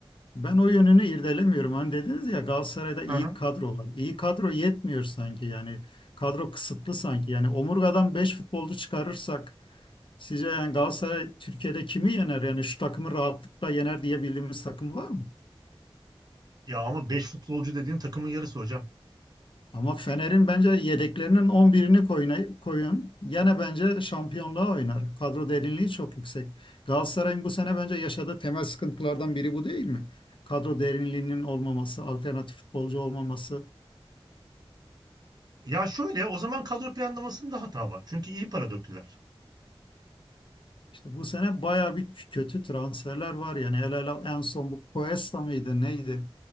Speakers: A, on the left; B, on the right.
A: Ben o yönünü irdelemiyorum. Hani dediniz ya Galatasaray'da iyi
B: Hı hı.
A: kadro var. İyi kadro yetmiyor sanki yani. Kadro kısıtlı sanki. Yani omurgadan 5 futbolcu çıkarırsak Sizce yani Galatasaray Türkiye'de kimi yener? Yani şu takımı rahatlıkla yener diye bildiğimiz takım var mı?
B: Ya ama 5 futbolcu dediğin takımın yarısı hocam.
A: Ama Fener'in bence yedeklerinin on birini koyun, koyun. Gene bence şampiyonluğa oynar. Kadro derinliği çok yüksek. Galatasaray'ın bu sene bence yaşadığı temel sıkıntılardan biri bu değil mi? Kadro derinliğinin olmaması, alternatif futbolcu olmaması.
B: Ya şöyle o zaman kadro planlamasında hata var. Çünkü iyi para döktüler.
A: İşte bu sene bayağı bir kötü transferler var yani. El ele en son bu Cuesta mıydı, neydi?